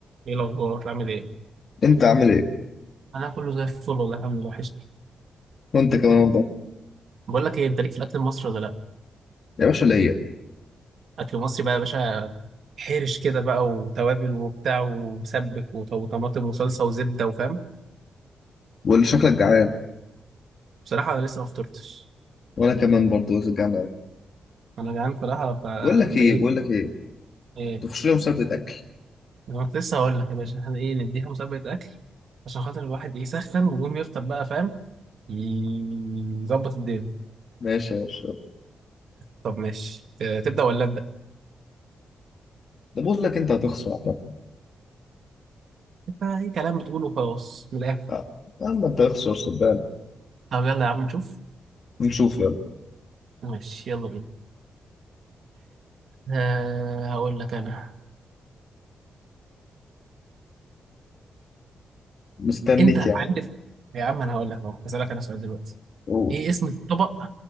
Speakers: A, on the right; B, on the left.
A: ايه الاخبار عامل ايه
B: انت عامل ايه
A: انا كله زي الفل والله الحمد لله وحشني
B: وانت كمان والله
A: بقول لك ايه انت ليك في الاكل المصري ولا لا
B: يا باشا ليا
A: اكل مصري بقى يا باشا حرش كده بقى وتوابل وبتاع ومسبك وط- وطماطم وصلصه وزبده وفاهم
B: واللي شكلك جعان
A: بصراحه انا لسه ما فطرتش
B: وانا كمان برضه جعان قوي
A: انا جعان بصراحه ف...
B: بقول لك ايه
A: فايه
B: بقول لك ايه
A: ايه
B: تخش لي مسابقه اكل
A: انا كنت لسه هقول لك يا باشا احنا ايه نديها مسابقه اكل عشان خاطر الواحد ايه يسخن ويقوم يفطر بقى فاهم ي- يظبط الدنيا
B: ماشي يا باشا يلا.
A: طب ماشي ت- تبدا ولا ابدا
B: ده بقول لك انت هتخسر عامه
A: انت اي كلام بتقوله خلاص من الاخر
B: آه. يا عم انت هتخسر صدقني
A: طب يلا يا عم نشوف
B: نشوف يلا
A: ماشي يلا بينا آه هقول لك انا
B: مستنيك
A: انت
B: يا عم
A: عارف يا عم انا هقول لك اهو هسألك انا سؤال دلوقتي
B: قول
A: ايه اسم الطبق